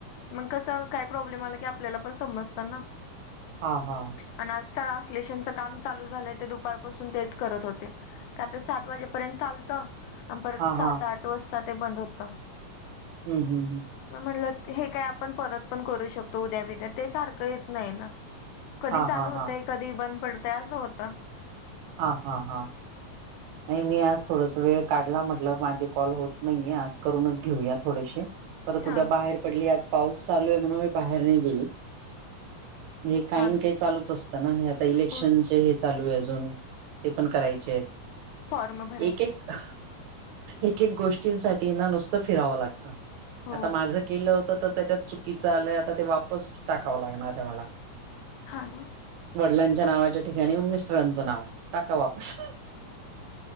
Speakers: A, on the left (about 80°); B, on the right (about 85°).
A: मग कसं काय प्रॉब्लेम आला की आपल्याला पण समजतना
B: हा हा
A: आणि आज ट्रान्सलेशनच काम चालू झालंय ते दुपारपासून तेच करत होते काय तर सात वाजेपर्यंत चालतं आणि परत
B: हा
A: सात
B: हा
A: आठ वाजता ते बंद होत
B: हम्म हम्म हम्म
A: मग म्हणलं हे काय आपण परत पण करू शकतो उद्या बद्या ते सारखं येत नाही ना कधी
B: हा
A: चालू
B: हा
A: होतय
B: हा
A: कधी बंद पडतय असं होतं
B: हा हा हा नाही मी आज थोडस वेळ काढला म्हटलं माझे कॉल होत नाहीेये आज करूनच घेऊया थोडेसे परत
A: हा
B: उद्या बाहेर पडली आज पाऊस चालू आहे म्हणून मी बाहेर नाही गेली हे काहीन
A: हा ना
B: काहीन चालूच असतं ना हे आता इलेक्शनचे
A: होत.
B: हे चालू आहे अजून ते पण करायचे आहेत
A: फॉर्म भरायचे
B: एक एक एक एक गोष्टींसाठी ना नुसतं फिरावं लागतं
A: हो
B: आता माझं केलं होतं तर त्याच्यात चुकीचं आलंय आता ते वापस टाकावं लागणार आहे मला
A: हा ना
B: वडिलांच्या नावाच्या ठिकाणी मिस्टरांचं नाव टाका वापस